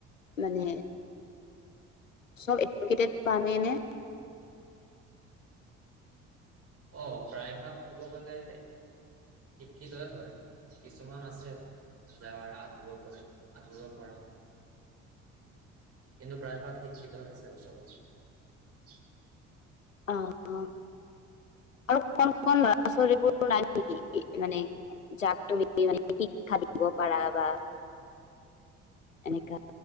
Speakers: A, on the left; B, on the right.
A: মানে? চব এডুকেটট প্ৰাণী নে?
B: অ, প্ৰায়ভাগ ক'ব গ'লে শিক্ষিতই হয়। কিছুমান আছে যাৰ আধৰুৱা পঢ়ে আধৰুৱা পঢ়া, কিন্তু প্ৰায়ভাগ শিক্ষিতয়ে আছে ওচৰত। <unintelligible>
A: অহ আৰু কন-কন, ল'ৰা-ছোৱালীবোৰ নাই নেকি? মানে যাক তুমি মানে শিক্ষা দিব পাৰা বা এনেকা